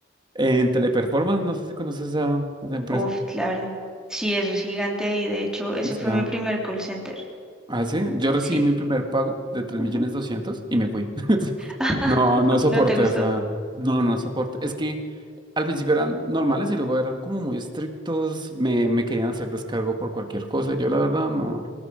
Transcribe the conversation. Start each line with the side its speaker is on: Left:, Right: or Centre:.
Right: en Teleperformance, no sé si conoces a esa empresa.
Centre: Uf, claro. Sí, eso es gigante ahí. De hecho, ese
Right: Sí,
Centre: fue mi primer call center.
Right: Ah, sí, yo recibí
Centre: Sí.
Right: mi primer pago de tres
Centre: Ujú.
Right: millones doscientos y me fui. <laughs>
Centre: <laughs>
Right: No, no soporté,
Centre: No te gustó.
Right: o sea, no, no soporté. Es que al principio eran normales y luego eran como muy estrictos, me, me querían hacer descargo por cualquier cosa. Yo la verdad no,